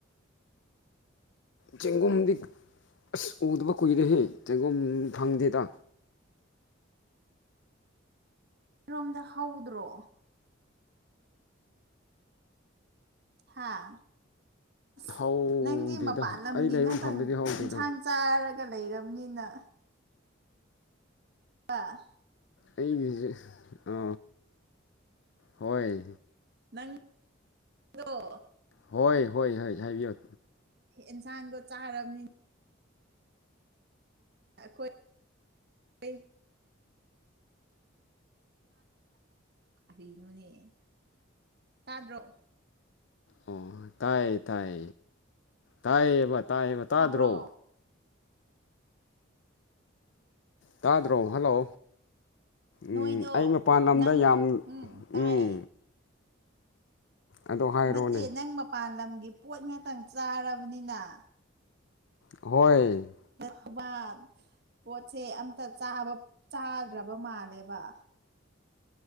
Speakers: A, on the left; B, on the right.
A: ꯆꯦꯡꯒꯨꯝꯗꯤ ꯑꯁ ꯎꯗꯕ ꯀꯨꯏꯔꯦꯍꯦ ꯆꯦꯡꯒꯨꯝ ꯐꯪꯗꯦꯗ
B: ꯏꯔꯣꯝꯗ ꯍꯧꯗ꯭ꯔꯣ ꯍꯥꯥ ꯑꯁ
A: ꯍꯧꯗꯦꯗ
B: ꯅꯪꯒꯤ ꯃꯄꯥꯟ ꯂꯝꯒꯤ
A: ꯑꯩ ꯂꯩꯕ
B: ꯉꯥꯛꯇꯪ
A: ꯃꯐꯝꯗꯗꯤ ꯍꯧꯗꯦꯗ
B: ꯏꯟꯁꯥꯡ ꯆꯥꯔꯒ ꯀ ꯂꯩꯔꯕꯅꯤꯅ ꯑ
A: ꯑꯩ ꯑ ꯍꯣꯏ
B: ꯅꯪꯗꯣ
A: ꯍꯣꯏ ꯍꯣꯏ ꯍꯣꯏ ꯍꯥꯏꯕꯤꯌꯨ
B: ꯏꯟꯁꯥꯡꯗꯣ ꯆꯥꯔꯕꯅꯤ ꯑꯩꯈꯣꯏ ꯀꯔꯤꯅꯣꯅꯦ ꯇꯥꯗ꯭ꯔꯣ
A: ꯑꯣ ꯇꯥꯏ ꯇꯥꯏ ꯇꯥꯏꯌꯦꯕ ꯇꯥꯏꯌꯦꯕ ꯇꯥꯗ꯭ꯔꯣ
B: ꯇꯥꯕ꯭ꯔꯣ
A: ꯇꯥꯗ꯭ꯔꯣ ꯍꯜꯂꯣ ꯎꯝ
B: ꯅꯣꯏꯗꯣ
A: ꯑꯩ ꯃꯄꯥꯟ ꯂꯝꯗ
B: ꯅꯪ
A: ꯌꯥꯝ
B: ꯎꯝ ꯇꯥꯏꯌꯦ
A: ꯎꯝ ꯑꯗꯣ ꯍꯥꯏꯔꯣꯅꯦ
B: ꯅꯠꯇꯦ ꯅꯪ ꯃꯄꯥꯟ ꯂꯝꯒꯤ ꯄꯣꯠ ꯉꯥꯛꯇꯪ ꯆꯥꯔꯕꯅꯤꯅ
A: ꯍꯣꯏ
B: <unintelligible> ꯄꯣꯠꯁꯦ ꯑꯝꯇ ꯆꯥꯕ ꯆꯥꯗ꯭ꯔꯕ ꯃꯥꯜꯂꯦꯕ꯫